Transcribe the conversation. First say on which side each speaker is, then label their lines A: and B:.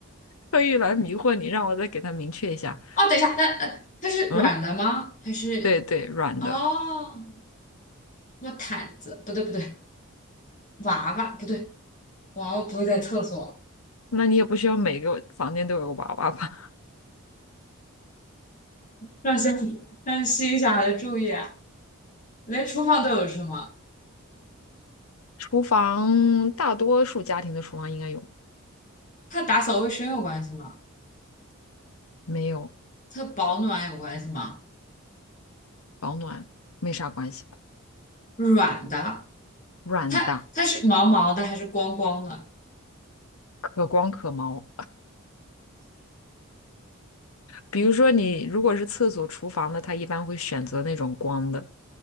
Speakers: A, on the left (about 80°); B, on the left (about 35°).
A: 特意来迷惑你，让我再给他明确一下。
B: 哦，等一下，那呃，它是软的吗？
A: 嗯，
B: 还是
A: 对对，软的，
B: 哦，那毯子不对不对，娃娃不对，娃娃不会在厕所，
A: 那你也不需要每个房间都有个娃娃吧？
B: 让小让吸引小孩的注意啊，连厨房都有是吗？
A: <laughs> 厨房大多数家庭的厨房应该有，
B: 它打扫卫生有关系吗？
A: 没有
B: 它保暖有关系吗？
A: 保暖没啥关系吧？
B: 软的，
A: 软的，
B: 它它是毛毛的还是光光的？
A: 可光可毛。比如说你如果是厕所、厨房的，他一般会选择那种光的；